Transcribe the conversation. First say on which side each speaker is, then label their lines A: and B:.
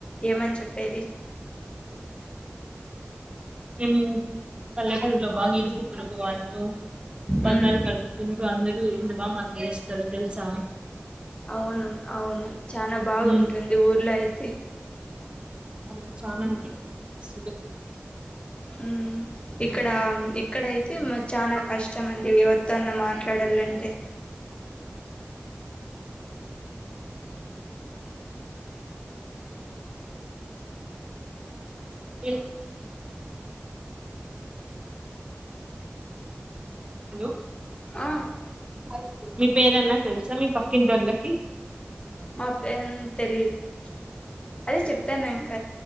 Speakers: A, on the left (about 25°); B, on the right (about 25°).
A: ఏమని చెప్పేది
B: మేము పల్లెటై లో బాగా ఇరుగు పొరుగు వారితో బంధాలు
A: మ్మ్
B: కలుపుకుంటు అందరూ ఎంత బా మా ఎస్తారు తెలుసా
A: అవును అవును చనా బాగుంటుంది
B: ఉమ్,
A: ఊళ్ళో అయితే
B: అ చానా ఉంటాయి స్
A: ఉమ్ ఇక్కడ ఇక్కడయితే చానా కష్టం అండి ఎవరి తోన్న మాట్లాడాలంటే
B: ఏ హలో
A: ఆ
B: సరే మీ పేరన్నా తెలుసా మీ పక్కింటోళ్ళకి
A: మాప్పేన్ తెలిదు అదే చెప్తాను ఇంక